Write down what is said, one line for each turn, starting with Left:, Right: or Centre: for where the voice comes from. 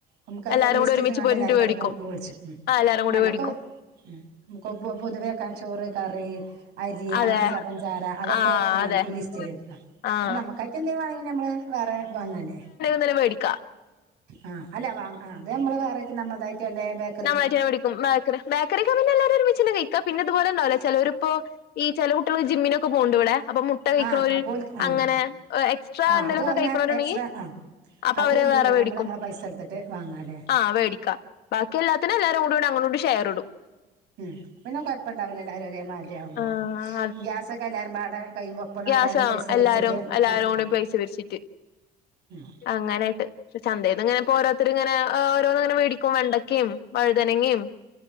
Right: നമുക്ക്
Left: എല്ലാരും
Right: ലിസ്റ്റ്
Left: കൂടെ ഒരുമിച്ച്
Right: ഇട്ട്ങ്ങാണ്ട്
Left: പോയിട്ട്
Right: എല്ലാരും
Left: വേടിക്കും
Right: പാടെ മേടിച്ചു ഉം
Left: ആഹ് എല്ലാരും
Right: പിന്നെ
Left: കൂടി
Right: നമ്മക്ക്
Left: വേടിക്കും
Right: ഉം നമുക്ക് പൊതുവെ വെക്കാൻ ചോറ് കറി അരി,
Left: അതെ
Right: അങ്ങനത്തെ സാധ പഞ്ചാര അതൊക്കെ
Left: ആഹ്
Right: എന്താണ്
Left: അതെ
Right: ഈ ലിസ്റ്റില്ട്ക്ക
Left: ആഹ്
Right: പിന്നെ നമ്മക്കായിട്ട് എന്തേലും വാങ്ങണങ്കി നമ്മള് വേറെ വാങ്ങാലേ?
Left: <unintelligible> വേടിക്ക,
Right: ആഹ് അല്ല വ അത് നമ്മള് വേറായിട്ട് നമ്മൾതായിട്ട് എല്ലേ ബേ
Left: നമ്മളായിട്ടന്നെ വേടിക്കും ബേക്കറി ബേക്കറിയൊക്ക പിന്നെ എല്ലാരും ഒരുമിച്ചന്നെ കഴിക്ക പിന്നെ പോലെ ഇണ്ടാവൂല്ലേ? ചെലോരിപ്പോ ഈ ചെല കുട്ടികള് ജിമ്മിനൊക്കെ പോണ് ണ്ട് ഇവടെ അപ്പൊ മു മുട്ട കഴിക്ക്ണോല്
Right: ആ അപ്പോൾ ആ
Left: അങ്ങനെ എക്സ്ട്രാ
Right: ആ
Left: എന്തേലൊക്കെ
Right: അത് അവന
Left: കഴിക്ക്ണോര്
Right: എക്സ്ട്രാ
Left: ഇണ്ടെങ്കീ
Right: ആ
Left: അപ്പൊ അവര്
Right: എന്ത്
Left: അത് വേറെ
Right: ചെയ്യാ
Left: വേടിക്കും
Right: നമ്മള് നമ്മളെ പൈസ എടുത്തിട്ട് വാങ്ങാല്ലേ
Left: ആഹ് വേടിക്കും, ബാക്കിയെല്ലത്തിനും എല്ലാരും. കൂടി അങ്ങോട്ടിങ്ങോട്ടും ഷെയറിടും,
Right: ഉം അപ്പൊ പിന്നെ കൊഴപ്പം ഇണ്ടാവൂല്ല എല്ലാരും ഒരേ മാതിരിയാവുമ്പം
Left: ആഹ്
Right: ഗ്യാസൊക്കെ എല്ലാരുംപാടെ കഴിയുമ്പോ ഒപ്പണ്
Left: ഗ്യാസോ
Right: എല്ലാരും
Left: ആ
Right: പൈസ
Left: എല്ലാരും
Right: പിരിച്ചിട്ട്
Left: എല്ലാരും
Right: നടത്തല്
Left: കൂടി പൈസ പിരിച്ചിട്ട്,
Right: ഉം
Left: അങ്ങനായിട്ട് പക്ഷേ ചന്തേന്ന്ങ്ങെനെ ഇപ്പോ ഓരോത്തര് ഇങ്ങനെ. ഓരോന്ന്ങ്ങനെ മേടിക്കു- ക്കും വെണ്ടക്കിം, വഴുതനങ്ങിം